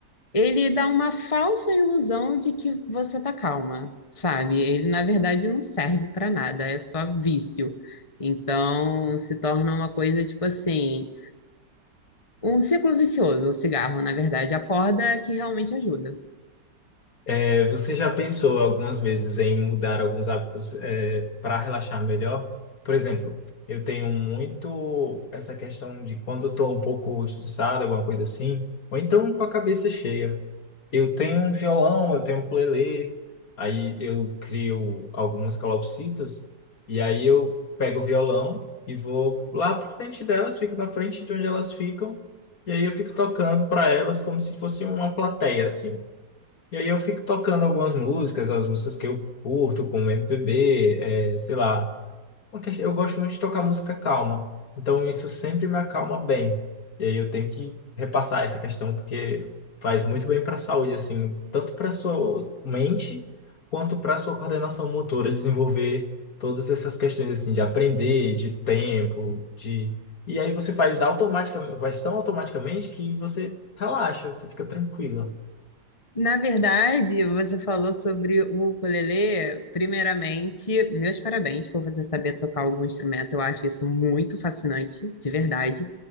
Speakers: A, on the left; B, on the left.
A: ele dá uma falsa ilusão de que você tá calma, sabe? Ele, na verdade, não serve pra nada, é só vício. Então, se torna uma coisa, tipo assim. Um ciclo vicioso, o cigarro, na verdade, a corda que realmente ajuda.
B: É, você já pensou algumas vezes em mudar alguns hábitos, é, para relaxar melhor? Por exemplo, eu tenho muito essa questão de quando eu estou um pouco estressado, alguma coisa assim, ou então com a cabeça cheia. Eu tenho um violão, eu tenho um ukulele, aí eu crio algumas calopsitas, e aí eu pego o violão e vou lá para frente delas, fico na frente de onde elas ficam, e aí eu fico tocando para elas como se fosse uma plateia, assim. E aí eu fico tocando algumas músicas, as músicas que eu curto, como MPB, é, sei lá. Uma quest- Eu gosto muito de tocar música calma, então isso sempre me acalma bem. E aí eu tenho que repassar essa questão, porque faz muito bem para a saúde, assim, tanto para sua mente, quanto para sua coordenação motora, desenvolver todas essas questões, assim, de aprender, de tempo, de... E aí você faz automaticamente, faz tão automaticamente que você relaxa, você fica tranquila.
A: Na verdade, você falou sobre o ukulele. Primeiramente, meus parabéns por você saber tocar algum instrumento. Eu acho isso muito fascinante, de verdade.